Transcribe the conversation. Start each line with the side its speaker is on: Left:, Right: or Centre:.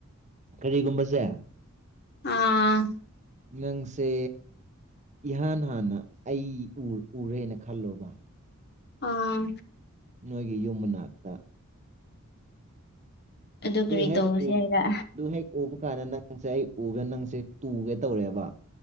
Right: ꯀꯔꯤꯒꯨꯝꯕꯁꯦ
Left: ꯑꯥ
Right: ꯅꯪꯁꯦ ꯏꯍꯥꯟ ꯍꯥꯟꯅ ꯑꯩ ꯎꯔꯦꯅ ꯈꯜꯂꯣꯕ
Left: ꯑꯥ
Right: ꯅꯣꯏꯒꯤ ꯌꯨꯝ ꯃꯅꯥꯛꯇ
Left: ꯑꯗꯨ
Right: ꯑꯗꯨꯨ
Left: ꯀꯔꯤ
Right: ꯍꯦꯛ
Left: ꯇꯧꯕꯁꯦ ꯍꯥꯏꯔ
Right: ꯀ ꯍ ꯎꯕ ꯀꯥꯟꯗ ꯅꯪꯁꯦ ꯑꯩ ꯎꯗ ꯅꯪꯁꯦ ꯇꯨꯒꯦ ꯇꯧꯔꯦꯕ